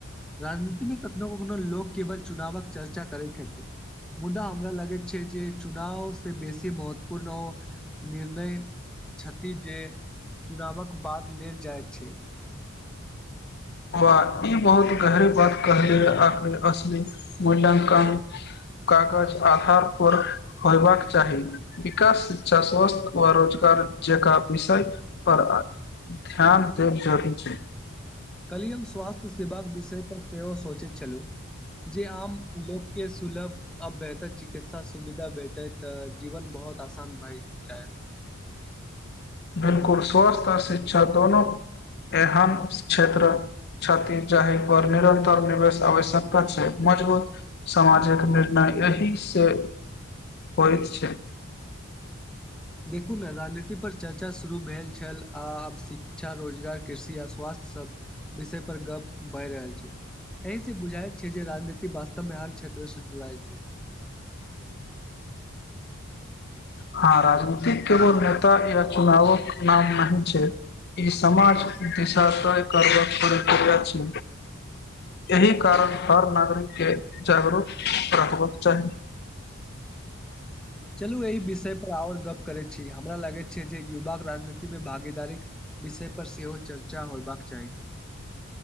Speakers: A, in the centre; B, on the left.
A: राजनीतिक मे कखनो-कखनो लोक केबल चुनावक चर्चा करै छथि, मुद्दा हमरा लागै छै। ए जे चुनाव से बेसी महत्वपूर्ण औ निर्णय छथि जे चुनावक बाद लेल जाइ छै।
B: वा ई बहुत गहरी बात कहली, आखरी असली मूल्यांकन कागज आधार पर होयबाक चाही, विकास शिक्षा स्वस्थ व रोजगार जकाँ विषय पर ध्यान <unintelligible> छै।
A: कल्हि हम स्वास्थ्य सेवाक विषय पर सेहो सोचै छलु, जे आम लोक के सुलभ आ बेहतर चिकित्सा सुविधा भेटैत अ जीवन बहोत आसान भाय जाएत।
B: बिलकुल स्वस्थ आ शिक्षा दोनो एहन क्षेत्र छथि, जाहि पर निरन्तर निवेश आवश्यकता छै, मजबूत समाजिक निर्णय एहि से होएत छै।
A: देखू ने राजनीति पर चर्चा शुरू भेल छल, आब शिक्षा रोजगार कृषि आ स्वास्थ्य सब विषय पर गप भए रहल छै, एहि से बुझाय छै जे राजनीति वास्तव मे हर क्षेत्र से जुड़ाएल छै।
B: हाँ राजनीतिक केवल नेता या चुनावक नाम नही छै, ई समाज दिशा तय करबक प्रक्रिया छी, एहि कारण हर नागरिक के जागरूक रखबै चाही।
A: चलु एहि विषय पर और गप्प करै छी, हमरा लागै छै जे युवा क राजनीति मे भागीदारीक विषय पर सेहो चर्चा होयबाक चाही।